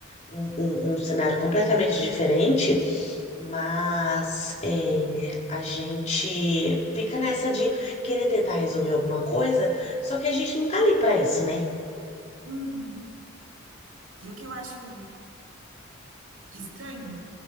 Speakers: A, on the left (about 30°); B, on the right (about 65°).
A: um, um um cenário completamente diferente. Mas é, a gente fica nessa de querer tentar resolver alguma coisa, só que a gente não tá ali para isso, né?
B: Uhum. E o que eu acho estranho